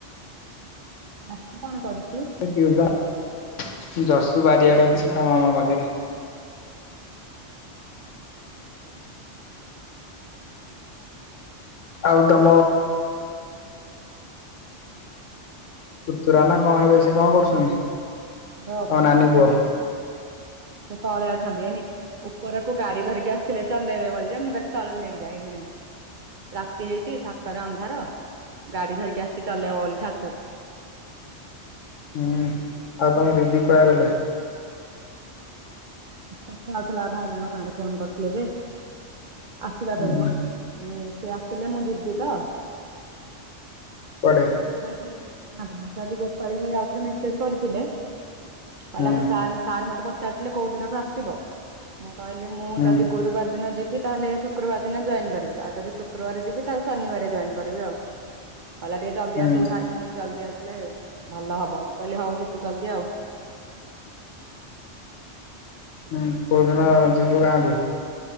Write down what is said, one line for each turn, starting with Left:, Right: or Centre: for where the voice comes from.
Right: ଆପୁ କଣ କରୁଛି?
Left: ଟିଉସନ୍ ଯରସୁ ବାରିଆଡେ ଅଛି ତା ମାମା ପାଖରେ। ଆଉ ତମ ପୁତୁରା ନା କଣ ହେବେ ସେ କଣ କରୁଛନ୍ତି?
Right: ମର
Left: ତମ
Right: ପୁତୁୁରା
Left: ନାନୀ ପୁଅ
Right: ହେବେ ସେ ତଳେ ଅଛନ୍ତି ଏଣି ଉପରକୁ ଗାଡି ଧରିକି ଆସିଥିଲେ ଚଲେଇବେ ବୋଲି ଯେ ମୁଁ କହିଲି ତଳକୁ ନେଇକି ଯାଆ ଏଇଠି ନାଇଁ। ରାତି ହେଇଛି ଛାତରେ ଅନ୍ଧାର ଗାଡି ଧରିକି ଆସିିଛି ଚଲେଇବ ବୋଲି ଛାତକୁ।
Left: ହୁଁ ଆଉ ତମ ଦିଦି କୁଆଡେ ଗଲେ?
Right: କଥା ହଉଥିଲା ଭାଇନାଙ୍କ ସାଙ୍ଗରେ ଫୋନ କରିଥିଲେ ଯେ। ଆସିବା
Left: ହୁଁ,
Right: ପାଇଁ
Left: ହୁଁ।
Right: ମ ମାନେ ସେ ଆସିଲେ ମୁଁ ଯିବି ତ।
Left: କୁଆଡେ?
Right: ମତେ ଆଜି <inaudible> ମତେ ଆଜି ଗୋପାଳୀ ଭାଇ ଆଉଥରେ ମେସେଜ୍ କରିଥିଲେ କହିଲା
Left: ହୁଁ
Right: ମୁଁ ସାର୍ ଙ୍କ ସାର୍ ମତେ ପଚାରିଥିଲେ କୋଉ ଦିନଠୁ ଆସିବ ମୁଁ କହିଲି ମୁଁ
Left: ହୁଁ
Right: ଯଦି ଗୁରୁବାର ଦିନ ଯିବି ବି ତାହେଲେ ଶୁକ୍ରବାର ଦିନ ଜଏନ୍ କରିବି ଆଉ ଯଦି ଶୁକ୍ରବାର ଯିବି ତାହେଲେ ଶନିବାର ଜଏନ୍ କରିବି ଆଉ। କହିଲା ଟିକେ ଜଲଦି
Left: ହୁଁ
Right: ଆସିବୁ ସାର କହିଛନ୍ତି ଜଲଦି ଆସିଲେ ଭଲ ହବ ମୁଁ କହିଲି ହଉ ଯିବି ଜଲଦି ଆଉ।
Left: ହୁଁ କୋଉଦିନ ଯିବୁ ଗାଁକୁ?